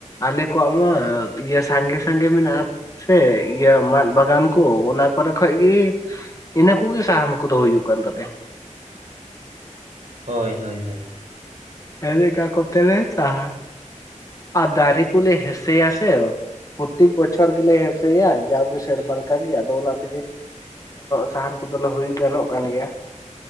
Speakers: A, on the left; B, on the right.
A: ᱟᱞᱮ ᱠᱚᱣᱟᱜ ᱢᱟ ᱤᱭᱟᱹ ᱥᱟᱸᱜᱮ ᱥᱟᱸᱜᱮ ᱢᱮᱱᱟᱜᱼᱟ ᱥᱮ ᱤᱭᱟᱹ ᱢᱟᱫ ᱵᱟᱜᱟᱱ ᱠᱚ ᱚᱱᱟ ᱠᱚᱨᱮ ᱠᱷᱚᱡ ᱜᱤ ᱤᱱᱟᱹ ᱠᱚᱜᱮ ᱥᱟᱦᱟᱱ ᱠᱚᱫᱚ ᱦᱩᱭᱩᱜ ᱠᱟᱱ ᱛᱟᱞᱮᱭᱟ
B: ᱦᱳᱭ ᱦᱳᱭ ᱦᱳᱭ
A: ᱚᱱᱟ ᱠᱚᱛᱮ ᱞᱮ ᱥᱟᱦᱟᱱ ᱟᱨ ᱫᱟᱨᱤ ᱠᱩᱞᱤ ᱦᱮᱸᱥᱮᱭᱟ ᱥᱮ ᱯᱚᱛᱛᱤᱠ ᱵᱚᱪᱷᱚᱨ ᱜᱮᱞᱮ ᱦᱮᱸᱥᱮᱭᱟ ᱡᱟᱣ ᱜᱮ ᱥᱮᱨᱢᱟ ᱞᱮᱠᱟ ᱜᱮ ᱟᱫᱚ ᱚᱱᱟ ᱛᱮᱜᱮ ᱥᱟᱦᱟᱱ ᱠᱚᱫᱚ ᱞᱮ ᱦᱩᱭ ᱜᱟᱱᱚᱜ ᱠᱟᱱ ᱜᱮᱭᱟ